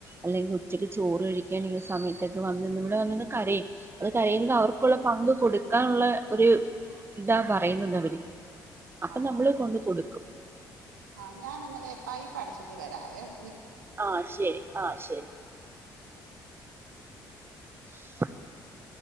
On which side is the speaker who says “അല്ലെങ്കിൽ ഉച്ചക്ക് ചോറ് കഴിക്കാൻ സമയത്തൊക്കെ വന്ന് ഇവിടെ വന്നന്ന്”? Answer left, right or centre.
Right